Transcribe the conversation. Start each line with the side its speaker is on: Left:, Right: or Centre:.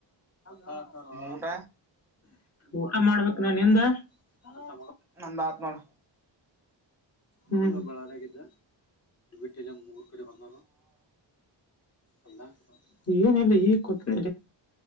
Left: ಹ
Centre: ಊಟ
Left: ಊಟ ಮಾಡ್ಬೇಕು ನಾ ಎಂದ ಹಟ
Centre: ನಂದ ಆತ್ ನೋಡ
Left: ಹ ಬಳಾರಾಗಿದ್ದ ಎಲ್ಲ ಮೂರ್ಕಡೆ ಬಂದ ಅಲ್ಲ ಏನಿಲ್ಲ ಈಗ್ ಕೊಟ್ಟ